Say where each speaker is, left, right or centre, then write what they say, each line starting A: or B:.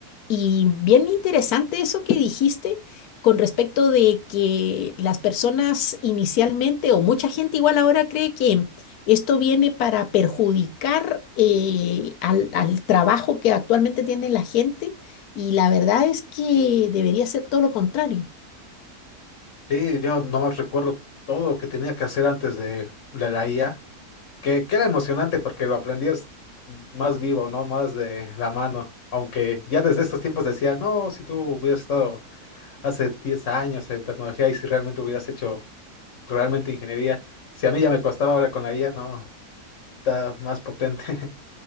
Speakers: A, on the left (about 85°); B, on the left (about 60°).
A: Y bien interesante eso que dijiste con respecto de que las personas inicialmente o mucha gente igual ahora cree que esto viene para perjudicar eh, al, al trabajo que actualmente tiene la gente y la verdad es que debería ser todo lo contrario.
B: Sí, yo no nomás recuerdo todo lo que tenía que hacer antes de, de la IA, que, que era emocionante porque lo aprendías más vivo, ¿no? Más de la mano. Aunque ya desde estos tiempos decía, no, si tú hubieras estado hace 10 años en tecnología y si realmente hubieras hecho realmente ingeniería, si a mí ya me costaba ahora con la IA, no. está más potente. <laughs>